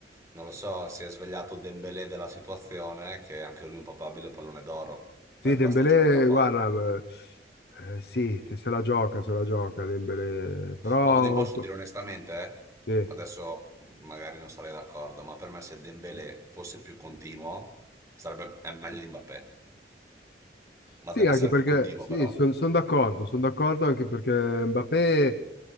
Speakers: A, on the right (about 15°); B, on the left (about 65°).
A: non lo so, si è svegliato Dembélé della situazione, eh, che anche lui è un probabile pallone d'oro
B: Sì,
A: per
B: Dembélé,
A: la stagione che ha fatto.
B: guarda, eh, sì, se la gioca, se la gioca Dembélé, però
A: Ma ti posso dire onestamente, eh?
B: sì.
A: adesso magari non sarei d'accordo, ma per me se Dembélé fosse più continuo, sarebbe, è meglio di Mbappé. Ma
B: Sì,
A: deve
B: anche
A: essere
B: perché
A: più continuo
B: sì,
A: però.
B: sono d'accordo, sono d'accordo anche perché Mbappé